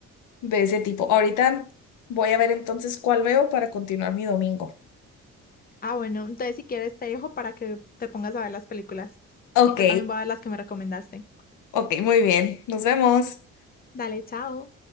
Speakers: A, on the left; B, on the left.
A: de ese tipo.
B: Sí.
A: Ahorita voy a ver entonces cuál veo para continuar mi domingo.
B: Ah, bueno, entonces si quieres te dejo para que te pongas a ver las películas.
A: Ok,
B: Y yo también voy a ver las que me recomendaste.
A: ok, muy bien. Nos vemos.
B: Dale, chao.